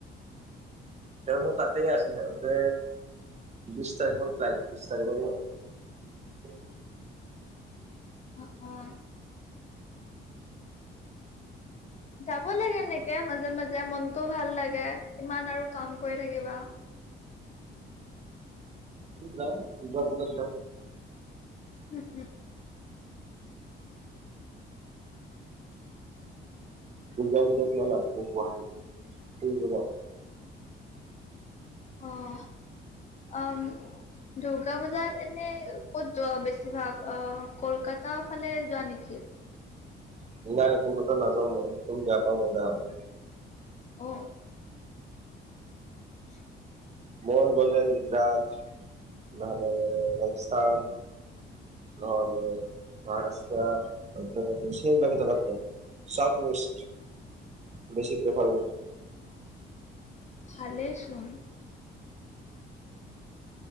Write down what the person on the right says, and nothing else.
তেওঁলোক তাতে আছে। সিহঁতে বিশ তাৰিখৰ ফ্লাইট। বিশ তাৰিখ <unintelligible>
যাম, দূৰ্গা পূজাত যাম।
দূৰ্গা পূজাত গ'ল <unintelligible> গুৱাহাটীত। ফুৰিব যাও।
<unintelligible> কলকাতাত নাজাও মই। <unintelligible> বেয়া পাওঁ <unintelligible>
মই গ'লে গুজৰাট, নহ'লে ৰাজস্থান। নহ'লে মহাৰাষ্ট্ৰা, ভদ্ৰপতি, <unintelligible> সেই জেগাত যাম। <unintelligible> বেছি প্ৰেফাৰ কৰোঁ।